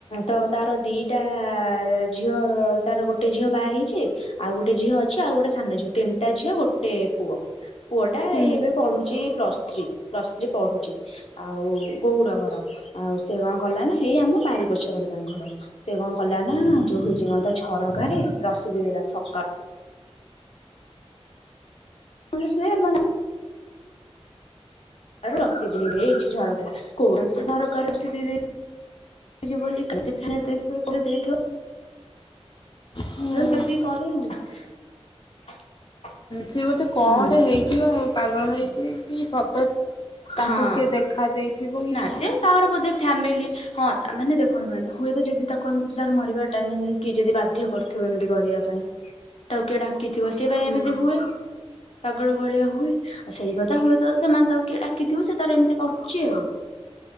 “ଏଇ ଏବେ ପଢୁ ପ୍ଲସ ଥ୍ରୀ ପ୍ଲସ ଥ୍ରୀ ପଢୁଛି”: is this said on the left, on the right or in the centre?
Left